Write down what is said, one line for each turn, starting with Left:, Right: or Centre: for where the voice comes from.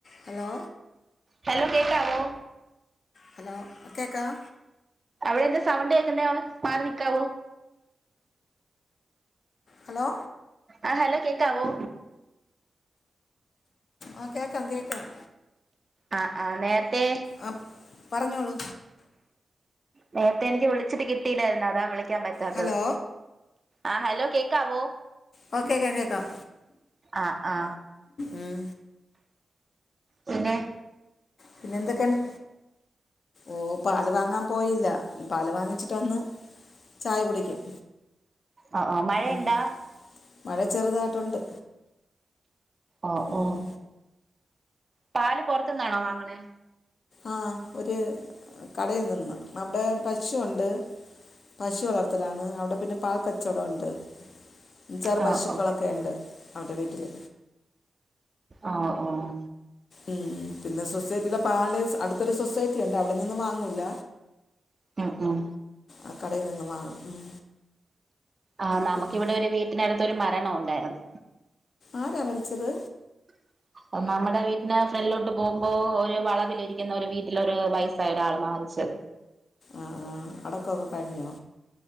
Left: Hello
Right: hello കേക്കാവോ
Left: hello കേക്കാം
Right: അവിടെ എന്താ സൗണ്ടേക്കുന്നേ അവട് മാറി നിക്കാവോ
Left: ഹലോ
Right: ആഹ് ഹലോ കേക്കാവോ
Left: ആഹ് കേക്കാം കേക്കാം
Right: അ അ നേരത്തേ
Left: ആ പറഞ്ഞോളൂ
Right: നേരത്തെ എനിക്ക് വിളിച്ചിട്ട് കിട്ടിയില്ലായിരുന്നു അതാ വിളിക്കാൻ പറ്റാത്തത്
Left: ഹലോ
Right: ആഹ് ഹലോ കേക്കാവോ
Left: ഓ കേക്കാം കേക്കാം
Right: ആ ആ
Left: ഉം
Right: പിന്നേ
Left: പിന്നെന്തൊക്കെണ്ട് ഓഹ് പാല് വാങ്ങാൻ പോയില പാല് വാങ്ങിച്ചിട്ട് വന്ന് ചായ കുടിക്കും
Right: അ ആഹ് മഴയ്ണ്ടാ
Left: ഉം. മഴ ചെറുതായിട്ടുണ്ട്
Right: ഒ ഓഹ്
Left: ഉം.
Right: പാല് പൊറത്ത്ന്നാണോ വാങ്ങണേ
Left: ആഹ് ഒരു കടയിൽ നിന്ന് അവിടെ പശുണ്ട് പശു വളർത്തലാണ് അവിടെ പിന്നെ പാൽക്കച്ചവടണ്ട് ഇഞ്ചാറ്
Right: ഓ
Left: പശുക്കളൊക്കെ
Right: ഓ
Left: ഇണ്ട് അവര വീട്ടില്
Right: ആഹ് ഓഹ്
Left: ഉം പിന്നെ സൊസൈറ്റിലെ പാല് അടുത്തൊരു സൊസൈറ്റിണ്ട് അവിടെ നിന്നും വാങ്ങൂല്ല
Right: ഉം ഉം
Left: അ കടയിൽ നിന്നും വാങ്ങും ഉം
Right: ആഹ് നമുക്കിവിടെ
Left: പിന്നെ
Right: ഒരു വീട്ടിനട്ത്തൊരു മരണുണ്ടായിരുന്നു
Left: ആരാ മരിച്ചത്
Right: <inaudible> നമ്മടെ വീട്ടിന് ഫ്രണ്ടിലോട്ട് പോകുമ്പോ ഒരു വളവിലിരിക്കുന്ന ഒരു വീട്ടിലൊരു വയസ്സായ ഒരാൾ മാരിച്ചത്
Left: ആഹ് ആഹ് അടക്കൊക്കെ കഴിഞ്ഞോ